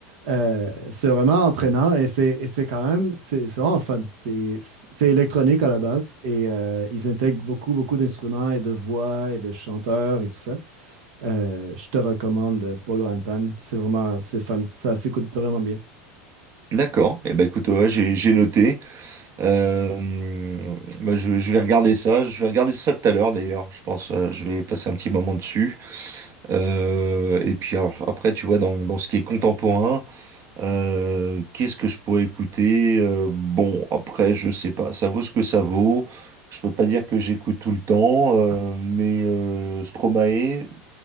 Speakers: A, on the right; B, on the right.
A: Euh, c'est vraiment entraînant et c'est et c'est quand même, c'est c'est vraiment fun. C'est c'est électronique à la base et euh, ils intègrent beaucoup, beaucoup d'instruments et de voix et de chanteurs et tout ça. Euh, je te recommande Polo and Pan. C'est vraiment, c'est fun. Ça s'écoute vraiment bien.
B: D'accord. Et eh ben écoute, ouais, j'ai j'ai noté. Euh, bah, je, je vais regarder ça. Je vais regarder ça tout à l'heure d'ailleurs. Je pense, euh, je vais passer un petit moment dessus. Euh, et puis alors, après, tu vois, dans, dans ce qui est contemporain, euh, qu'est-ce que je pourrais écouter? Euh, bon, après, je sais pas. Ça vaut ce que ça vaut. Je peux pas dire que j'écoute tout le temps, euh, mais euh, Stromae,